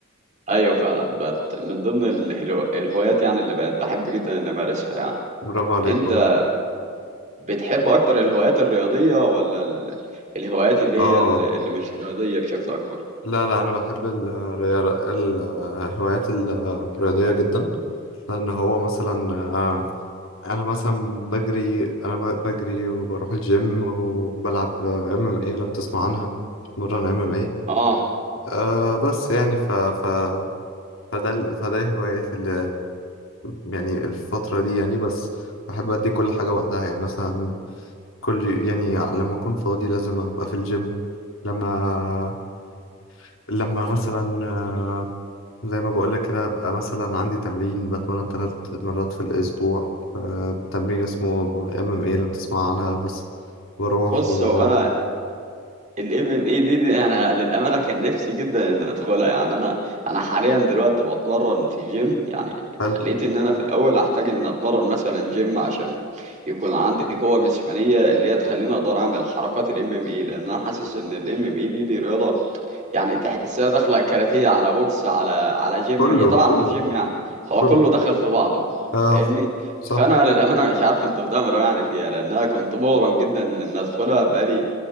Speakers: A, on the right; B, on the left.
A: ايوه فعلا بقت من ضمن الهلو- الهوايات يعني اللي بقت بحب جدا ان امارسها يعني
B: برافو عليك
A: انت
B: والله
A: بتحب اكتر الهوايات الرياضيه ولا ال- الهوايات اللي هي
B: اه
A: ال- اللي مش رياضيه بشكل اكبر
B: لا لا انا بحب الرياضة الهوايات الرياضية جدا لان هو مثلا آه انا مثلا بجري انا ب- بجري وبروح الجيم وبلعب آه، ام ام اي لو بتسمع عنها بتمرن ام ام اي
A: اه
B: آه بس يعني ف ف فده ال- فده هواياتي اللي يعني الفترة دي يعني بس بحب أدي كل حاجة وقتها يعني مثلا كل يعني لما أكون فاضي لازم أبقى في الجيم لما لما مثلا آه، زي ما بقولك كده أبقى مثلا عندي تمرين بتمرن ثلاث مرات في الأسبوع آه، تمرين اسمه MMA لو تسمع عنها بس بروح
A: بص
B: وبرجع
A: هو انا ال MMA دي, دي انا للامانه كان نفسي جدا ان ادخلها يعني انا انا حاليا دلوقتي بتمرن في جيم يعني
B: حلو
A: حليت ان انا في الاول هحتاج ان اتمرن مثلا جيم عشان يكون عندي قوه جسمانيه اللي هي تخليني اقدر اعمل حركات ال MMA لان انا حاسس ان ال MMA دي دي رياضه يعني تحسها داخله كاراتيه على بوكس على على جيم
B: كله
A: هي طبعا
B: كله
A: مش جيم يعني هو
B: كله
A: كله دخل في بعضه
B: اه
A: فاهمني فانا
B: صح
A: للامانه مش عارف انتوا بتعملوا إيه يعني فيها لان انا كنت مغرم جدا ان ادخلها بقالي